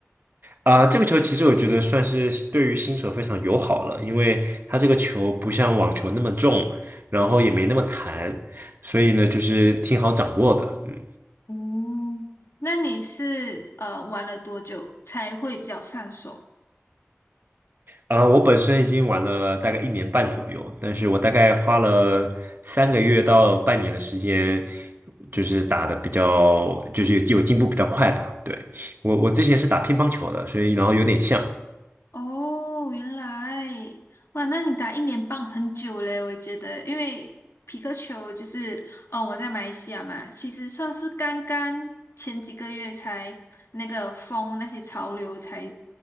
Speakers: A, on the right (about 50°); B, on the left (about 70°).
A: 啊、这个球其实我觉得算是对于新手非常友好了，因为它这个球不像网球那么重，然后也没那么弹，所以呢，就是挺好掌握的。嗯
B: 嗯，那你是呃玩了多久才会比较上手？
A: 啊、我本身已经玩了大概一年半左右，但是我大概花了三个月到半年的时间，就是打的比较，就是有进步比较快吧。对，我我之前是打乒乓球的，所以然后有点像。
B: 哦，原来，哇，那你打一年半很久嘞，我觉得，因为皮克球就是，哦，我在马来西亚嘛，其实算是刚刚前几个月才那个风那些潮流才，